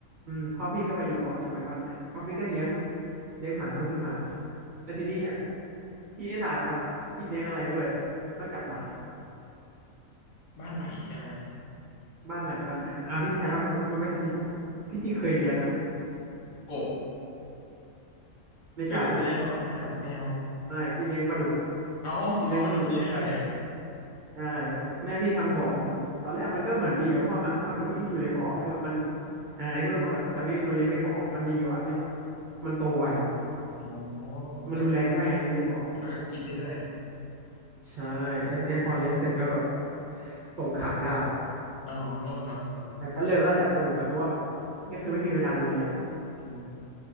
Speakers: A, on the right; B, on the left.
A: อืมพ่อพี่ก็ไปอยู่ก่อนใช่ไหมบ้านใหม่พ่อพี่ก็เลี้ยงเลี้ยงหมาเพิ่มขึ้นมาแล้วทีนี้อ่ะพี่ให้ทายว่าพี่เลี้ยงอะไรด้วยนอกจากหมา
B: บ้านใหม่ใช่ไหม
A: บ้านใหม่บ้านใหม่อ่ะพี่ให้ทายว่ามันเป็นมันเป็นสัตว์ที่ทุกที่พี่เคยเลี้ยงอ่ะ
B: อืมกบ
A: ไม่ใช่
B: เพื่อกบไปเลี้ยงหรอเปล่าไม่ใช่หรอแมว
A: ไม่พี่เลี้ยงปลาดุก
B: เอาเอาปลาดุกไปเลี้ยงด้วย
A: พี่เลี้ยงปลาดุกกับไก่ใช่แม่พี่ทำบ่อปลาดุกตอนแรกมันก็เหมือนดีอ่ะเพราะว่าอ่ะปลาดุกที่อยู่ในบ่อคือแบบมันอ่าอันนี้พูดตรงๆนะแต่นี่มันเลี้ยงในบ่อมันดีกว่าที่แบบมันโตไว
B: <laughs> อ๋อ
A: มันดูแลง่ายไงเลี้ยงในบ่อ
B: ก็แล้วก็กินได้ด้วย
A: ใช่แล้วทีเนี้ยพอเลี้ยงเสร็จก็แบบ
B: เอา
A: ส่งขายได้
B: อ๋อครับครับ
A: แต่ก็เลิกแล้วแหละปลาดุกอะเพราะว่าแบบก็คือไม่มีเวลาดูแล
B: อ๋อ